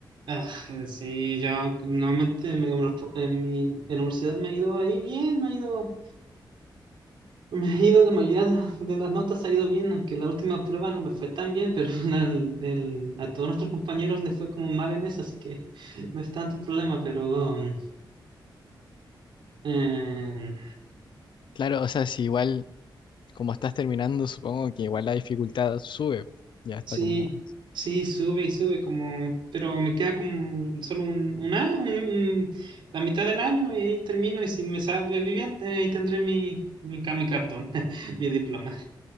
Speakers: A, on the right; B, on the left.
A: Ah, eh, sí, yo normalmente me- en los pro- en mi en la universidad me ha ido ahí bien, me ha ido Me ha ido la mayoría de las notas, ha ido bien, aunque la última prueba no me fue tan bien, pero <laughs> al- el- a todos nuestros compañeros les fue como mal en eso, así que <laughs> no es tanto problema, pero um, eh,
B: Claro, o sea, si igual como estás terminando, supongo que igual la dificultad sube. Ya está
A: sí,
B: como,
A: sí, sube y sube, como, pero me queda como solo un, un A, un- un- la mitad del año y ahí termino y si me sale bien, eh, ahí tendré mi, mi, ca- mi cartón, <laughs> mi diploma.